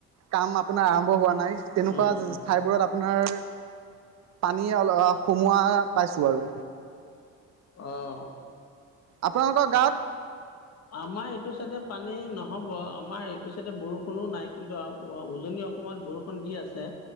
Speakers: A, on the right (about 60°); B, on the left (about 55°).
A: কাম আপোনাৰ আৰম্ভ হোৱা নাই, তেনেকুৱা
B: অঁ অঁ
A: ঠাইবোৰত আপোনাৰ পানী অল সুমোৱা পাইছো আৰু।
B: অহ
A: আপোনালোকৰ গাৱত
B: আমাৰ এইটো চাইডে পানী নহব আমাৰ এইটো চাইডে বৰষুণো নাই কিন্তু উজনি অ সমত বৰষুণ দি আছে,